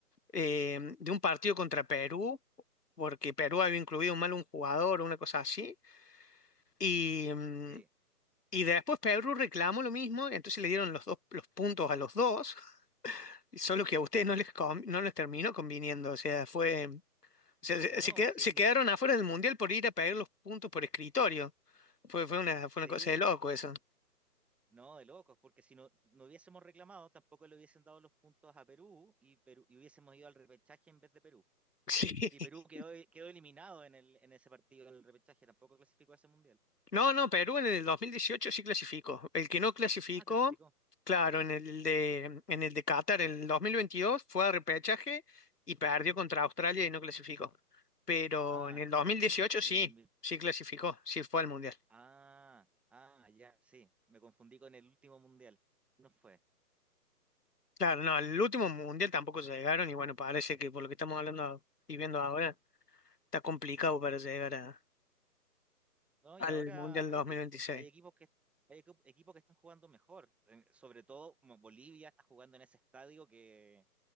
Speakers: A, on the left; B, in the centre.
A: eh, de un partido contra Perú, porque Perú había incluido mal un jugador o una cosa así. Y, mm,
B: Sí.
A: y después Perú reclamó lo mismo, entonces le dieron los dos los puntos a los dos, <laughs> y solo que a ustedes no les, con- no les terminó conviniendo. O sea, fue. O sea, se,
B: No,
A: se qued-
B: sí,
A: se
B: no,
A: quedaron afuera del Mundial por ir a pedir los puntos por escritorio. Fue, fue una,
B: sí,
A: fue una cosa de loco eso.
B: no, de locos, porque si no, no hubiésemos reclamado, tampoco le hubiesen dado los puntos a Perú y, Perú, y hubiésemos ido al repechaje en vez de Perú.
A: <laughs>
B: Y Perú
A: Sí.
B: quedó, quedó eliminado en el, en ese partido, en el repechaje, tampoco clasificó a ese mundial.
A: No, no, Perú en el 2018 sí clasificó. El que no clasificó,
B: Ah, clasificó.
A: claro, en el de, en el de Qatar, en el 2022 fue a repechaje y perdió contra Australia y no clasificó. Pero
B: Ah,
A: en el dos mil dieciocho
B: fue en
A: sí,
B: el 2000.
A: sí clasificó, sí fue al Mundial.
B: Ah, ah, ya, sí, me confundí con el último mundial. No fue.
A: Claro, no, el último Mundial tampoco llegaron y bueno, parece que por lo que estamos hablando y viendo ahora, está complicado para llegar a-
B: No,
A: al
B: y ahora
A: Mundial
B: hay
A: dos mil
B: equipos,
A: veintiséis.
B: hay equipos que hay equi- equipos que están jugando mejor. Eh, Sobre todo como Bolivia está jugando en ese estadio que